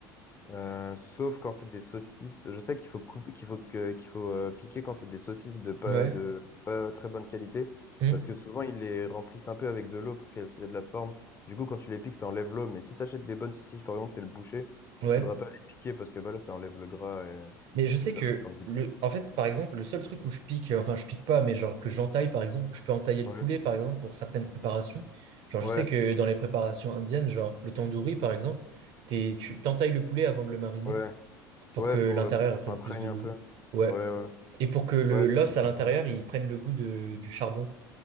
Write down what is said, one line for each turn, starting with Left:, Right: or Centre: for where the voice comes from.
Left: Euh, sauf quand c'est des saucisses. Je sais qu'il faut couper, qu'il faut que, qu'il faut euh, piquer quand c'est des saucisses de pas
Right: Ouais.
Left: de pas très bonne qualité,
Right: hmm,
Left: parce que souvent ils les remplissent un peu avec de l'eau pour qu'elles aient de la forme. Du coup, quand tu les piques, ça enlève l'eau. Mais si tu achètes des bonnes saucisses, par exemple, c'est le boucher,
Right: Ouais.
Left: faudra pas les piquer parce que bah là, ça enlève le gras et,
Right: Mais je sais
Left: et ça
Right: que,
Left: va faire du
Right: le...
Left: goût.
Right: en fait, par exemple, le seul truc où je pique, euh, enfin, je pique pas, mais genre que j'entaille, par exemple, je peux entailler le
Left: Ouais,
Right: poulet, par exemple, pour certaines préparations. Genre, je
Left: ouais,
Right: sais que dans les préparations indiennes, genre le tandoori, par exemple, t'es- tu t'entailles le poulet avant de le mariner
Left: ouais,
Right: pour
Left: ouais,
Right: que
Left: pour,
Right: l'intérieur
Left: euh, pour que ça s'imprègne
Right: prenne plus de
Left: un
Right: goût.
Left: peu.
Right: Ouais.
Left: Ouais, ouais,
Right: Et pour que le
Left: ouais,
Right: l'os
Left: ça sent
Right: à l'intérieur,
Left: un peu.
Right: il prenne le goût de, du charbon.